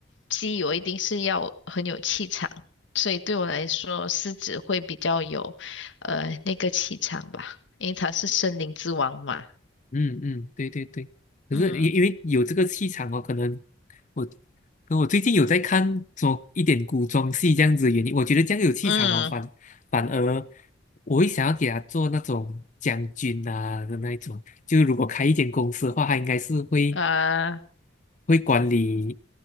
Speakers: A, on the left; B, on the left.
A: 鸡我一定是要很有气场，所以对我来说狮子会比较有呃那个气场吧，因为它是森林之王嘛。
B: 嗯嗯对对对。可是因因为有这个气场哦，
A: 嗯
B: 可能我，可我最近有在看做一点古装戏这样子的原因，我觉得这样有气场哦，
A: 嗯，
B: 反反而我会想要给他做那种将军啊的那一种。就如果开一间公司的话，他应该是会。
A: 呃，
B: 会管理，